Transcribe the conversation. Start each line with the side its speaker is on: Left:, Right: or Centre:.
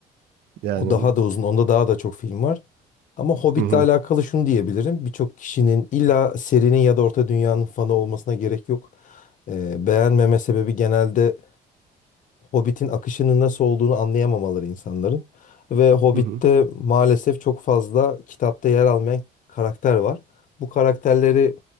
Right: Yani
Left: O daha da uzun. Onda daha da çok film var. Ama Hobbit'le
Right: hı hı,
Left: alakalı şunu diyebilirim. Birçok kişinin illa serinin ya da Orta Dünya'nın fanı olmasına gerek yok. Ee, beğenmeme sebebi genelde Hobbit'in akışının nasıl olduğunu anlayamamaları insanların. Ve Hobbit'te
Right: hı hı,
Left: maalesef çok fazla kitapta yer almayan karakter var. Bu karakterleri